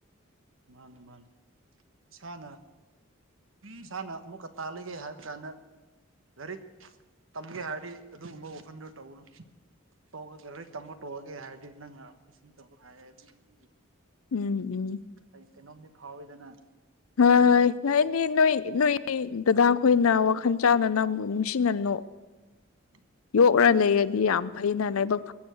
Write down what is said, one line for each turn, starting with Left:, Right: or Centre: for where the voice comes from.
Right: ꯃꯥꯅꯤ ꯃꯥꯅꯤ ꯏꯁꯥꯅ ꯏꯁꯥꯅ ꯑꯃꯨꯛꯀ ꯇꯥꯜꯂꯤꯒꯦ ꯍꯥꯏꯕ ꯀꯥꯏꯅ ꯂꯥꯏꯔꯤꯛ ꯇꯝꯒꯦ ꯍꯥꯏꯔꯗꯤ ꯑꯗꯨꯒꯨꯝꯕ ꯋꯥꯈꯜꯗꯣ ꯇꯧꯧꯕꯅꯨ ꯇꯣꯛꯑꯒ ꯂꯦꯛ ꯇꯝꯕ ꯇꯣꯛꯑꯒꯦ ꯍꯥꯏꯔꯗꯤ ꯅꯪꯅ ꯈꯨꯁꯤ ꯇꯧꯔ ꯍꯥꯏꯔꯦ ꯑꯗꯨꯒꯤꯗꯤ
Left: ꯎꯝ ꯎꯝ
Right: ꯑꯩ ꯀꯩꯅꯣꯝꯗꯤ ꯐꯥꯎꯋꯤꯗꯅ
Left: ꯍꯣꯏ ꯍꯣꯏ ꯍꯥꯏꯅꯤ ꯅꯣꯏ ꯅꯣꯏ ꯗꯗꯥ ꯈꯣꯏꯅ ꯋꯥꯈꯜ ꯆꯥꯅ ꯅꯝ ꯅꯨꯡꯁꯤꯅꯅꯣ
Right: <inaudible>
Left: ꯌꯣꯛꯔ ꯂꯩꯔꯗꯤ ꯌꯥꯝ ꯐꯅ ꯂꯥꯏꯕꯛ